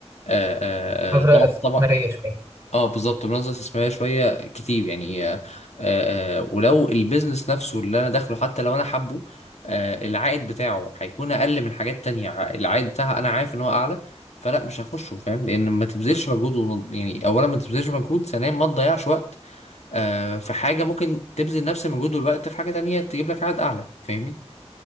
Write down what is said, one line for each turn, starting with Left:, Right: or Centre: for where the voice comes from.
Left: آه،
Right: نظرة
Left: آه، طبعا
Right: استثمارية
Left: طبعا
Right: شوية
Left: اه بالظبط بنظره استثماريه شويه كتير يعني آه، آه، آه، ولو البيزنس نفسه اللي انا داخله حتى لو انا حابه آه، العائد بتاعه هيكون اقل من حاجات تانية ع- العائد بتاعها انا عارف ان هو اعلى فلا مش هخشه فاهم لان ما تبذلش مجهود ون- يعني اولا ما تبذلش مجهود ثانيا ما تضيعش وقت آه، في حاجه ممكن تبذل نفس المجهود والوقت في حاجه تانية تجيب لك عائد اعلى فاهمني